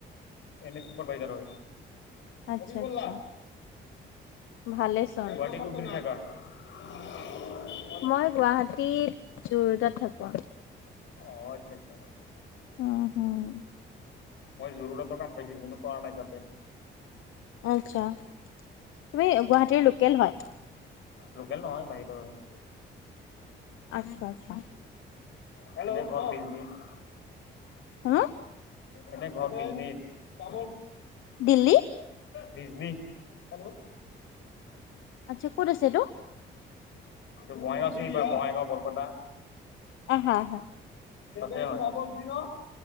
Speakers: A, on the left (about 70°); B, on the left (about 85°).
A: এনে চুপাৰ ভাইজাৰ হয়।
B: আচ্ছা
A: অবি বল
B: আচ্ছা
A: থ।
B: ভালেই চোন
A: গুৱাহাটি কত থাকা? <unintelligible> <unintelligible>
B: মই গুৱাহাটীৰ জুৰোডত থাকো।
A: অ আচ্ছা আচ্ছা।
B: উম হোম।
A: মই যোৰহাট কাম পাইছিলো। কিন্তু কৰা নাই তাতে।
B: আচ্ছা, তুমি গুৱাহাটীৰ লোকেল হয়?
A: লোকেল নহয় বাহিৰৰ হয়।
B: আজি <unintelligible>
A: হেল্ল' কৱক? মোৰ ঘৰত বিজনিত
B: হা?
A: এনে ঘৰ বিজনিত।
B: দিল্লী।
A: ডিজনি, হেল্ল'
B: আচ্ছা, ক'ত আছে এইটো?
A: সেইটো বঙাইগাঁও চিনি পায়? বঙাইগাঁও বৰপেটা?
B: আহা আহা।
A: তাতে আৰু। <unintelligible>